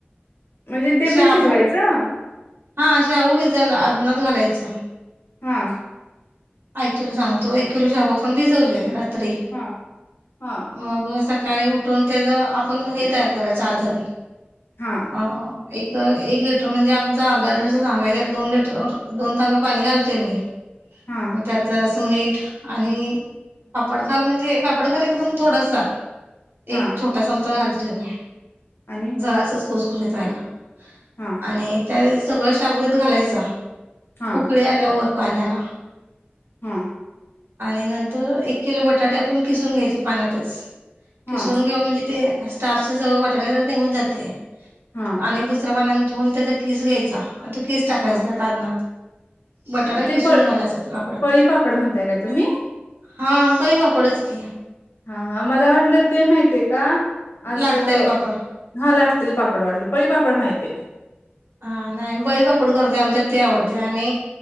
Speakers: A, on the left; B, on the right.
A: म्हणजे ते
B: शाबू
A: पण शिजवायचं
B: हा शाबू भिजायला आदनात घालायच
A: हां.
B: ऐक तुला सांगतो एक किलो शाबु आपण भिजवलोय रात्री
A: हा हा
B: मग सकाळी उठून त्याच आपण हे तयार करायचं आदन
A: हा
B: अ... एक, एक लिटर म्हणजे आमचा अर्धा लिटरचा ताम्बया आहे त्यात दोन लिटर दोन तांबे पाणी घालतोय मी
A: हा
B: मग त्यात जरास मीठ आणि पापडखार म्हणजे पापडखार एकदम थोडासा, एक
A: हा
B: छोटा चमचा घालतोय मी,
A: आणि
B: जरासच खुसखुशीत व्हायला
A: हा
B: आणि त्या सगळं शाबू त्यात घालायच.
A: हा
B: उकळी आल्या वर पाण्याला.
A: हां.
B: आणि नंतर एक किलो बटाटे आपण किसून घ्यायचे पाण्यातच किसून
A: हा
B: घेऊन म्हणजे ते स्टार्च जवळ बटाटयातंन निघून जातय.
A: हा
B: आणि एक दुसऱ्या पाण्यान धुऊन, त्याचा किस घ्यायचा आणि तो केिस टाकायचा
A: हा.
B: त्या आदनात. बटाटा
A: हा
B: किसून
A: ते प
B: घालायचा पापडात.
A: पळी पापड म्हणताय काय तुम्ही
B: हा पळी पापडच की
A: हा हा, मला वाटलं ते माहितीये का? आसं
B: लाटत्याले पापड
A: हा लाटतेल पापड वाटल. पळी पापड माहतीेए.
B: हा नाही पळीपापड करतोय, आमच्यात ते आवडतय आणि